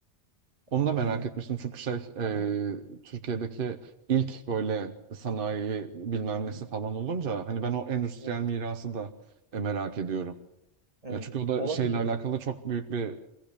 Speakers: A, on the right (about 50°); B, on the right (about 30°).
A: Onu da
B: Ee,
A: merak etmiştim çünkü şey
B: aha.
A: e, Türkiye'deki ilk böyle sanayi bilmem
B: Hı.
A: nesi falan olunca hani ben o endüstriyel
B: Evet,
A: mirası da e, merak ediyorum.
B: evet.
A: Ya çünkü o da
B: Olabilir.
A: şeyle alakalı çok büyük bir